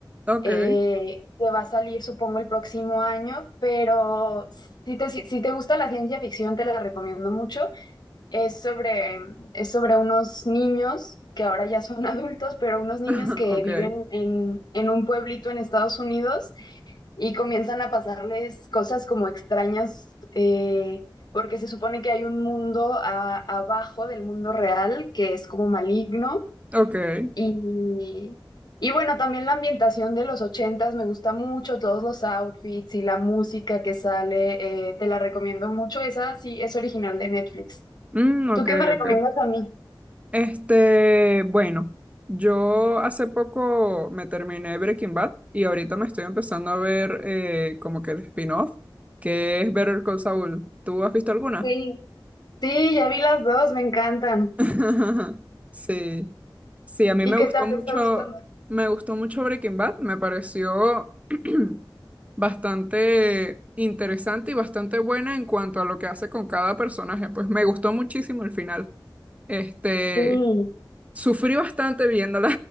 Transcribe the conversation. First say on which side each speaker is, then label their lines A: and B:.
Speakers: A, on the right (about 15°); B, on the left (about 55°).
A: Ok,
B: eh, que va a salir, supongo, el próximo año, pero si te, si si te gusta la ciencia ficción, te la recomiendo mucho. Es sobre, es sobre unos niños que ahora ya son <laughs> adultos, pero unos niños
A: ah,
B: que
A: ok,
B: viven en, en un pueblito en Estados Unidos y comienzan a pasarles cosas como extrañas, eh, porque se supone que hay un mundo a- abajo del mundo real que es como maligno.
A: ok.
B: Y, y bueno, también la ambientación de los ochentas me gusta mucho, todos los outfits y la música que sale, eh, te la recomiendo mucho. Esa sí es original de Netflix.
A: Mm, ok,
B: ¿Tú qué me recomiendas
A: ok.
B: a mí?
A: Este, bueno, yo hace poco me terminé Breaking Bad y ahorita me estoy empezando a ver eh, como que el spin-off, que es Better Call Saul. ¿Tú has visto alguna?
B: Sí, sí, ya vi las dos, me encantan.
A: <laughs> Sí, sí, a mí
B: ¿Y
A: me
B: qué
A: gustó
B: tal
A: mucho,
B: te está gustando?
A: me gustó mucho Breaking Bad, me pareció <clears throat> bastante interesante y bastante buena en cuanto a lo que hace con cada personaje, pues me gustó muchísimo el final. Este,
B: Sí.
A: sufrí bastante viéndola